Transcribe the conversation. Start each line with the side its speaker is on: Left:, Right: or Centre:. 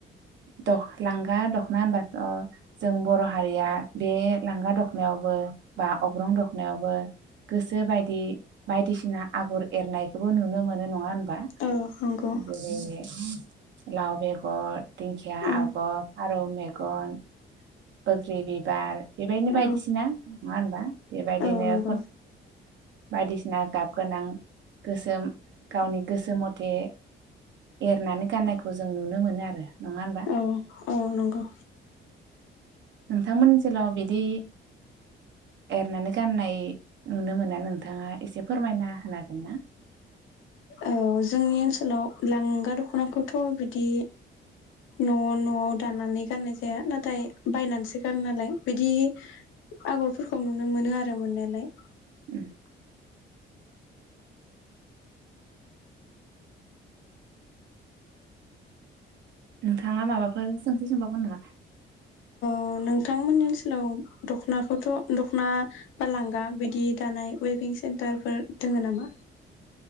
Right: दख लांगा दख'ना होनबाथ' जों बर' हारिया बे लांगा दख'नायावबो बा अग्रं दखनायावबो गोसो बायदि बायदिसिना आगर एरनायखौबो नुनो मोनो नङा होन बा
Left: औ नंगौ
Right: जेरै लाव बेगर दिंखिया
Left: औ
Right: आगर फारौ मेगन गन बोग्रि बिबार बेबायदिनो बायदिसिना
Left: औ
Right: नङा होनबा? बेबायदिनो
Left: औ नंगौ
Right: खन बायदिसिना गाब गोनां गोसोम गावनि गोसो मथे एरनानै गाननायखौ जों नुनो मोनो आरो। नङा होनबा
Left: औ औ नंगौ।
Right: नोंथांमोननि ओनसोलाव बिदि एरनानै गाननाय नुनो मोना नोंथांङा एसे फोरमायना होगोनना?
Left: औ जोंनि ओनसोलाव लांगा दख'नाखौथ' बिदि न' न'आव दानानै गाननाय जाया। नाथाय बायनानैसो गानो नालाय बिदि आगरफोरखौ नुनो मोनो आरो मोननायालाय।
Right: उम नोंथांङा माबाफोर सोंथि सोंबावगोन नामा?
Left: अ नोंथांमोननि ओनसोलाव दख'नाखौथ' दख'ना बा लांगा बिदि दानाय अयभिं सेन्टारफोर दोङो नामा?